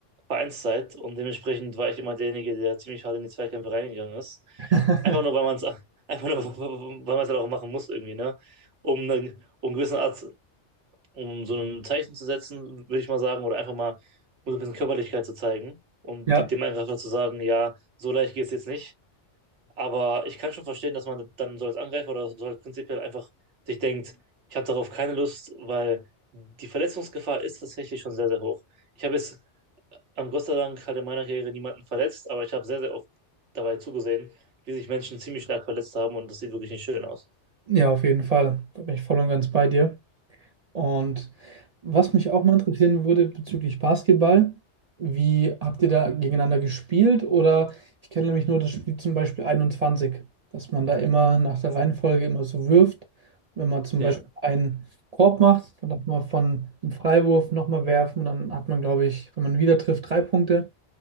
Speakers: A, on the right; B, on the right.
A: Vereinszeit und dementsprechend war ich immer derjenige, der ziemlich hart in die Zweikämpfe reingegangen ist.
B: <laughs>
A: Einfach nur, weil man es <laughs> einfach nur, weil man es halt auch machen muss irgendwie, ne? Um eine, um eine gewisse Art, um so ein Zeichen zu setzen, würde ich mal sagen, oder einfach mal um so ein bisschen Körperlichkeit zu zeigen und
B: Ja,
A: de- dem Angreifer zu sagen, ja, so leicht geht es jetzt nicht. Aber ich kann schon verstehen, dass man dann so als Angreifer oder so halt prinzipiell einfach sich denkt, ich habe darauf keine Lust, weil die Verletzungsgefahr ist tatsächlich schon sehr, sehr hoch. Ich habe jetzt, ähm, Gott sei Dank, halt in meiner Karriere niemanden verletzt, aber ich habe sehr, sehr oft dabei zugesehen, wie sich Menschen ziemlich stark verletzt haben und das sieht wirklich nicht schön aus.
B: ja, auf jeden Fall. Da bin ich voll und ganz bei dir. Und was mich auch mal interessieren würde bezüglich Basketball, wie habt ihr da gegeneinander gespielt? Oder ich kenne nämlich nur das Spiel zum Beispiel 21, dass man da immer nach der Reihenfolge immer so wirft. Wenn man zum
A: Ja.
B: Beispiel einen Korb macht, dann darf man von einem Freiwurf nochmal werfen und dann hat man, glaube ich, wenn man wieder trifft, drei Punkte.